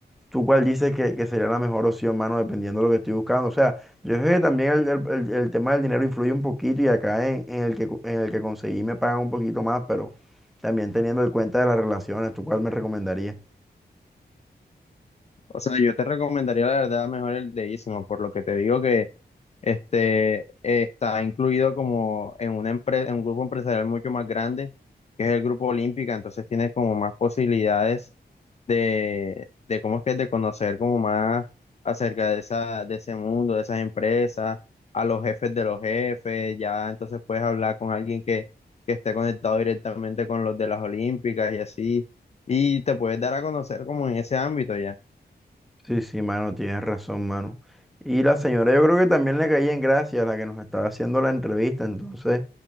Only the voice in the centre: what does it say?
¿tú cuál dices que, que sería la mejor opción, mano, dependiendo de lo que estoy buscando? O sea, yo sé que también el, el- el- el tema del dinero influye un poquito y acá en, en el que, co- en el que conseguí me pagan un poquito más, pero también teniendo en cuenta de las relaciones, ¿tú cuál me recomendarías?
Sí, sí, mano, tienes razón, mano. Y la señora, yo creo que también le caí en gracia, la que nos estaba haciendo la entrevista, entonces...